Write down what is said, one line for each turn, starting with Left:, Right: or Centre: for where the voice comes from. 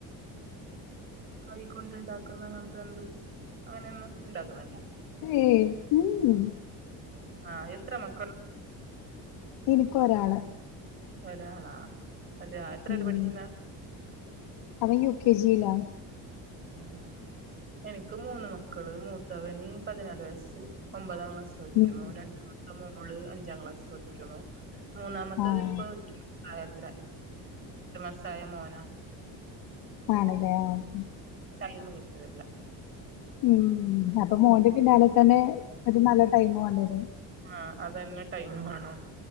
Right: കൈകൊണ്ട്ണ്ടാക്കുന്ന അങ്ങനത്തെ എന്തും അങ്ങനെന്നും ഇണ്ടാക്കുന്നില്ല
Left: ഏ ഉം
Right: ആ എത്ര മക്കളാ
Left: ഇനിക്ക് ഒരാൾ
Right: ഒരാളാ അതെയേ എത്രല
Left: ഉം
Right: പഠിക്കുന്നേ
Left: അവൻ യു കെ ജി യില
Right: അതെ എനിക്ക് മൂന്ന് മക്കള് മൂത്തവന് പതിനാല് വയസ്സ് ഒമ്പതാം ക്ലാസ്സിൽ പഠിക്കുന്നു
Left: ഉം
Right: രണ്ടാമത്തെ മോള് അഞ്ചാം ക്ലാസ്സിൽ പഠിക്കുന്നു <unintelligible> മൂന്നാമത്തത്
Left: ആഹ്
Right: ഇപ്പൊ ഏട്ടു മാസായത്രെ ഏട്ടു മാസായ മോന
Left: ആണ്ലെ ഓക്കെ
Right: ടൈം കിട്ടറില്ല
Left: ഉം അപ്പൊ മോന്റെ പിന്നാലെ തന്നെ ഒരു നല്ല ടൈമ് മണ്ടിരും
Right: ആ അതന്നെ ടൈം മണം